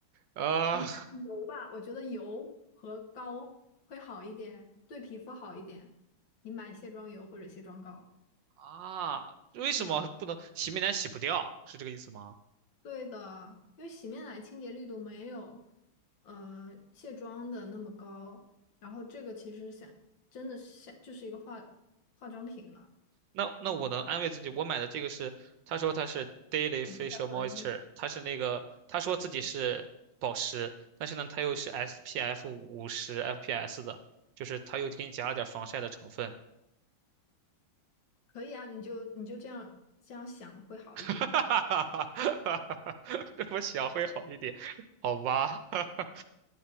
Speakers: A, on the right; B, on the left.
A: 啊
B: 你买油吧，我觉得油和膏会好一点，对皮肤好一点。你买卸妆油或者卸妆膏。
A: 啊，为什么不能洗面奶洗不掉？
B: 嗯，
A: 是这个意思吗？
B: 对的，因为洗面奶清洁力度没有，呃，卸妆的那么高。然后这个其实想，真的是像就是一个化化妆品了。
A: 那那我能安慰自己，
B: 嗯，
A: 我买的这个是，他说他是 Daily Facial
B: 一卸合一。
A: Moisture，他是那个他说自己是保湿，但是呢，它又是 SPF 五十 FPS 的，就是他又给你加了点防晒的成分。
B: 可以啊，你就你就这样这样想会好一点
A: <laughs> 哈哈哈哈哈！这么想会好一点，好吧？<laughs>